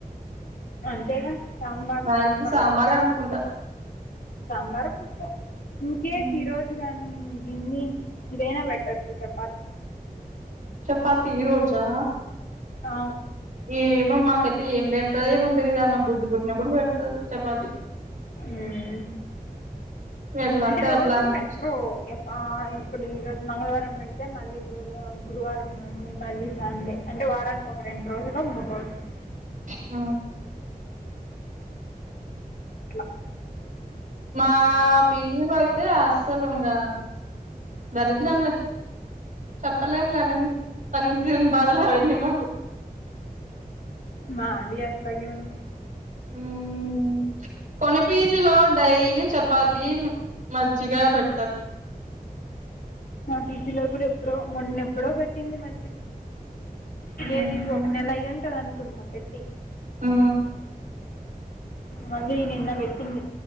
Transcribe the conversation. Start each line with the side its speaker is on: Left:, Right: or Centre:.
Left: అంతేగా సాంబార్
Right: నాకు
Left: సాంబార్
Right: తెలిసి సాంబారే అనుకుంటా
Left: సాంబార్ పప్పు ఇంకేస్
Right: మ్మ్
Left: ఈరోజు కాని దీన్ని ఇదైనా పెట్టచ్చు చపాతి
Right: చపాతి ఈ రోజా
Left: అ
Right: ఏమో మా కైతే ఏం పెడతదో ఏమో తెలియదు ఆమెకి బుద్ధి పుట్టినప్పుడు పెడతది చపాతి
Left: మ్మ్
Right: ఎట్లా
Left: అంటే రోజు
Right: అట్లా ఆమెకి
Left: పెట్రో ఆ ఇప్పుడు ఈ రోజు మంగళవారం పెడితే మళ్ళీ బుధ గురువారం కాని మళ్ళీ సాండే అంటే వారానికి ఒక రెండు రోజులు మూడు రోజులు
Right: అ
Left: ఇట్లా
Right: మా పీజులో అయితే అస్సలు ఇంకా దరిద్రములే చెప్పలేం లేఅవన్ని పనితీరని బాధలుఅవండి మాకు
Left: మాది అట్లాగే ఉంది
Right: ఉమ్ కొన్ని పీజులో డైల్ చపాతి మజ్జిగ బట్టి
Left: మా టీజీలో కూడా ఎప్పుడో మొన్న ఎప్పుడో పెట్టింది మ
Right: హ్మ్
Left: ఏది ఒక నెల అయ్యింటుంది అనుకుంటా పెట్టి
Right: ఆ
Left: మళ్ళి నిన్న పెట్టింది